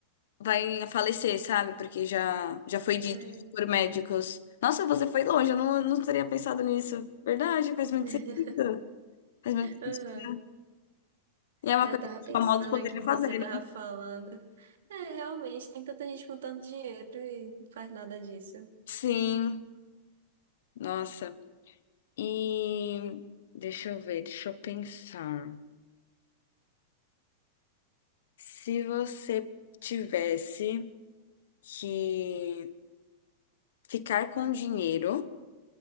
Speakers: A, on the left; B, on the right.
A: vai falecer, sabe? Porque já, já foi dito
B: é.
A: por médicos. Nossa, você foi longe, eu não, não teria pensado nisso. Verdade, faz muito
B: <laughs>
A: sentido. Faz muito
B: Aham.
A: sentido. E é uma
B: É,
A: coisa
B: Eu tava
A: que os
B: pensando
A: famosos poderiam
B: aqui enquanto
A: fazer,
B: você tava
A: né?
B: falando. É, realmente, tem tanta gente com tanto dinheiro e não faz nada disso.
A: Sim, nossa. E deixa eu ver, deixa eu pensar. Se você tivesse que ficar com dinheiro,